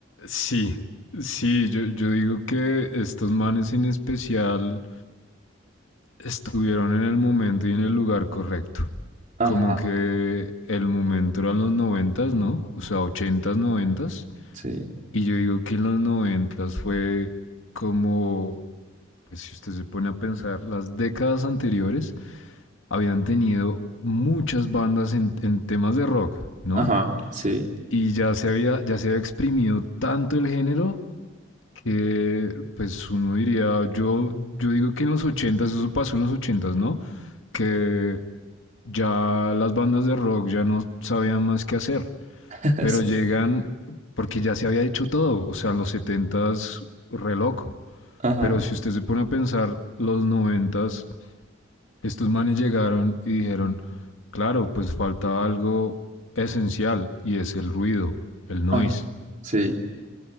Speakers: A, on the left; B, on the right.
A: sí, sí, yo, yo digo que estos manes en especial estuvieron en el momento y en el lugar correcto.
B: Ajá,
A: Como que el momento eran los noventas, ¿no? O sea, ochentas, noventas.
B: sí,
A: Y yo digo que en los noventas fue como pues si usted se pone a pensar, las décadas anteriores habían tenido muchas bandas en, en temas de rock, ¿no?
B: ajá, sí,
A: Y ya se había, ya se había exprimido tanto el género que pues uno diría, yo, yo digo que en los ochentas, eso pasó en los ochentas, ¿no? Que ya las bandas de rock ya no sabían más qué hacer,
B: <laughs>
A: pero
B: sí,
A: llegan porque ya se había hecho todo, o sea, en los setentas re loco,
B: ajá.
A: pero si usted se pone a pensar, los noventas Estos manes llegaron y dijeron, claro, pues falta algo esencial y es el ruido, el noise.
B: Ajá, Sí,